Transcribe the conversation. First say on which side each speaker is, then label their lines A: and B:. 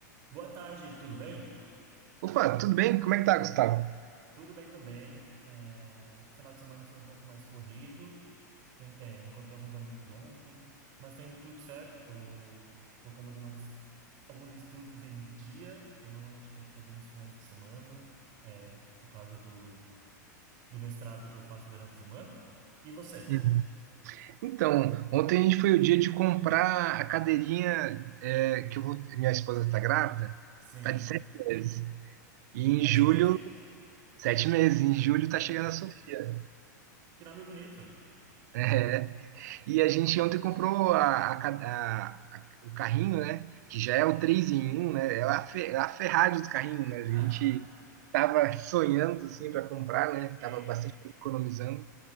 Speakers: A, on the right; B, on the right.
A: Boa tarde, tudo bem?
B: Opa, tudo bem? Como é que tá, Gustavo?
A: Tudo bem também. É, o final de semana foi um pouco mais corrido. Conhe- é, encontrei alguns amigos ontem, mas tá indo tudo certo. Tô colocando algumas, alguns estudos em dia, que eu normalmente tenho que fazer nos finais de semana, é, por causa do, do mestrado que eu faço durante a semana. E você?
B: Hum. Então, ontem a gente foi o dia de comprar a cadeirinha é, que eu vou. Minha esposa tá grávida,
A: Sim.
B: tá de sete meses. E em
A: Sete
B: julho,
A: meses?
B: sete meses, em julho tá
A: Ai,
B: chegando a Sofia.
A: que nome bonito.
B: né? E a gente ontem comprou a- a ca- a- a- o carrinho, né? Que já é o 3 em um, né? É a, Fe- é a Ferrari dos carrinhos, né? A
A: <laughs>
B: gente tava sonhando, assim, para comprar, né? Tava
A: Sim.
B: bastante economizando.